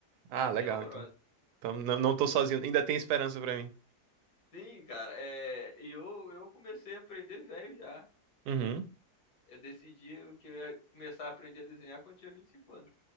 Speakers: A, on the right; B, on the left.
A: Ah,
B: Na minha
A: legal,
B: é horrorosa.
A: então. Então não, não tô sozinho. Ainda tem esperança pra mim.
B: Sim, cara, é, e eu, eu comecei a aprender velho já.
A: Uhum.
B: Eu decidi que eu ia começar a aprender a desenhar quando eu tinha 25 anos.